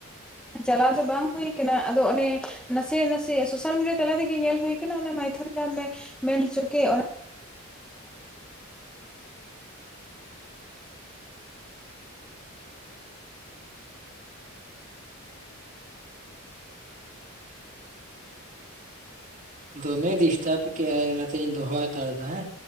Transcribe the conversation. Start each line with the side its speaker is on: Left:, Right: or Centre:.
Centre: ᱪᱟᱞᱟᱣ ᱫᱚ ᱵᱟᱝ ᱦᱩᱭ ᱟᱠᱟᱱᱟ᱾ ᱟᱫᱚ ᱚᱱᱮ ᱱᱟᱥᱮ ᱱᱟᱥᱮ ᱥᱳᱥᱟᱞ ᱢᱤᱰᱤᱭᱟ ᱛᱟᱞᱟ ᱛᱮᱜᱮ ᱧᱮᱞ ᱦᱩᱭ ᱠᱟᱱᱟ᱾ ᱚᱱᱟ ᱢᱟᱭᱛᱷᱚᱱ ᱡᱟᱦᱟᱸ ᱢᱮ ᱼᱼ ᱢᱮᱱ ᱦᱚᱪᱚ ᱠᱮᱜ, ᱚᱱᱟ
Right: ᱫᱚᱢᱮ ᱰᱤᱥᱴᱟᱵ ᱠᱮᱜ-ᱟᱭ ᱚᱱᱟᱛᱮᱧ ᱫᱚᱦᱚ ᱦᱟᱛᱟᱲ ᱮᱫᱟ ᱦᱮᱸ᱾